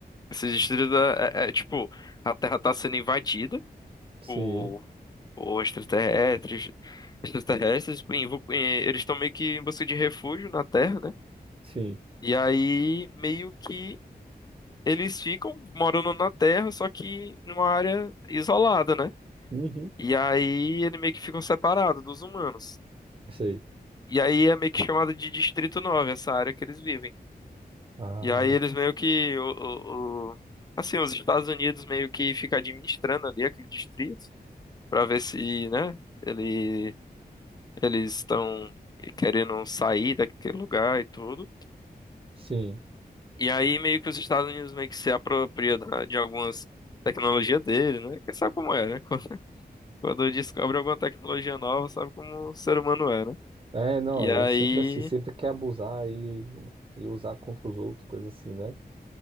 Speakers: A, on the left (about 25°); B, on the right (about 35°).
A: Esse distrito é, é- é, tipo, a Terra tá sendo invadida
B: Sim,
A: por, por extraterrestres, extraterrestres, e vo- e eles estão meio que em busca de refúgio na Terra, né?
B: sim.
A: E aí, meio que eles ficam morando na Terra, só que numa área isolada, né?
B: Uhum.
A: E aí, ele meio que ficam separados dos humanos.
B: Isso aí.
A: E aí, é meio que chamado de Distrito Nove, essa área que eles vivem.
B: Ah,
A: E aí,
B: bom.
A: eles meio que... o, o- o- assim, os Estados Unidos meio que fica administrando ali aquele distrito. para ver se, né, ele, eles estão querendo sair daquele lugar e tudo.
B: Sim.
A: E aí meio que os Estados Unidos meio que se apropria da- de algumas tecnologias dele, né? Porque sabe como é, né? <laughs> Quando, quando descobre alguma tecnologia nova, sabe como o ser humano é, né?
B: É, não,
A: E aí,
B: é sempre assim, sempre quer abusar e, e usar contra os outros, coisa assim, né?